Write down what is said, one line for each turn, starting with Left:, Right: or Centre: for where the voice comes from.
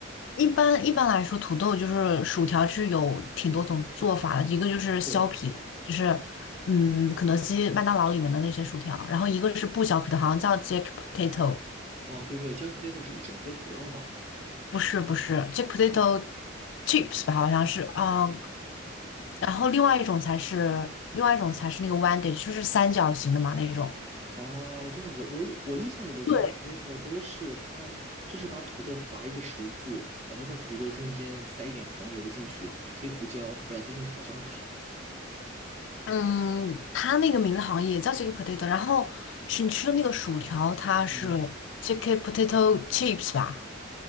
Left: 一般一般来说，土豆就是薯条是有挺多种做法的，一个就是削皮的，
Right: 对，
Left: 就是嗯，肯德基、麦当劳里面的那些薯条，然后一个是不削皮的，好像叫 Jack Potato，
Right: 哦，对对，Jack potato 是一整个土豆嘛。
Left: 不是不是 Jack Potato
Right: 啊？
Left: Chips 吧，好像是啊、然后另外一种才是另外一种才是那个 Wendy，就是三角形的嘛那种。
Right: 啊，这样子，我我印象里的 jagged
Left: 对。
Right: potato 都是它，就是把土豆划一个十字，然后在土豆中间塞一点黄油进去，黑胡椒，然后再进烤箱烤。
Left: 嗯，它那个名字好像也叫 JK Potato，然后吃你吃的那个薯条，它是
Right: 嗯，
Left: JK Potato Chips 吧，